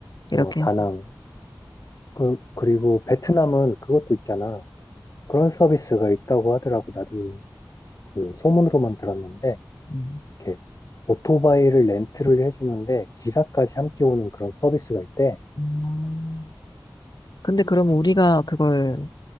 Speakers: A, on the left (about 45°); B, on the left (about 60°).
A: 어,
B: 이렇게
A: 다낭.
B: 해서.
A: 그, 그리고 베트남은 그것도 있잖아. 그런 서비스가 있다고 하더라고. 나도 그 소문으로만 들었는데,
B: 음.
A: 이렇게 오토바이를 렌트를 해주는데 기사까지 함께 오는 그런 서비스가 있대.
B: 음. 근데 그럼 우리가 그걸